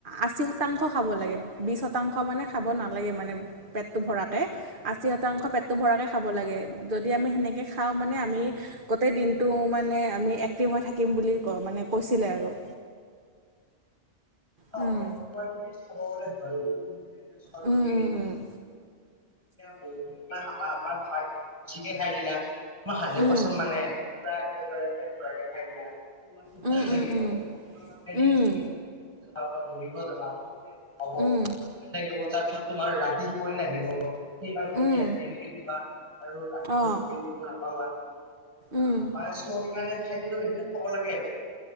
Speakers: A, on the right (about 45°); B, on the right (about 20°).
A: আশী শতাংশ খাব লাগে বিশ শতাংশ মানে খাব নালাগে মানে। পেটটো ভৰাকে। আশী শতাংশ পেটটো ভৰাকৈ খাব লাগে যদি আমি সেনেকৈ খাওঁ মানে আমি গোটেই দিনটো মানে আমি এক্টিভ হৈ থাকিম বুলি ক মানে কৈছিলে আৰু।
B: অ
A: উম,
B: প্ৰতিটোবাৰ তুমি চাব গলে হয় তুমি যদি এতিয়া চোৱা
A: উম,
B: তুমি ব ভাত বেছিকে খাই দিলা তোমাৰ হাড্ৰেড
A: উম,
B: পাৰ্চেণ্ট মানে পুৰা একেবাৰে পেট ভৰাকে খাইদিলা তোমাৰ টোপনি
A: উম, উম,
B: লাগিব।
A: উম,
B: তোমাৰ তেনে
A: উম,
B: কি তুমি
A: উম,
B: দৌৰিব যাবা বা হ'ব
A: উম, উম,
B: টোপনি লাগিব তাৰপিছত তোমাৰ ৰাতি টোপনি লাগিব <inaudible> সেইবাবে তুমি
A: উম,
B: ৰাতি দেৰিকে শুবা আৰু ৰাতিপুৱা
A: অ',
B: জল্দি নাপাবা
A: উম।
B: আহ পাইছো সেইকাৰণে খাদ্যত ব খাব লাগে আৰু